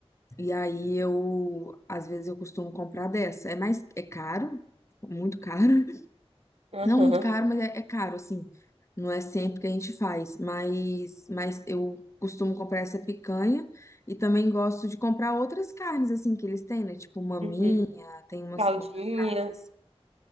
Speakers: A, on the left; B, on the right.
A: E aí eu, às vezes eu costumo comprar dessa. É mais, é caro, muito caro,
B: Aham.
A: não muito caro, mas é, é caro, assim. Não é sempre que a gente faz, mas, mas eu costumo comprar essa picanha e também gosto de comprar outras carnes, assim, que eles têm, né? Tipo maminha,
B: Uhum.
A: tem umas
B: Fraldinha.
A: outras carnes assim.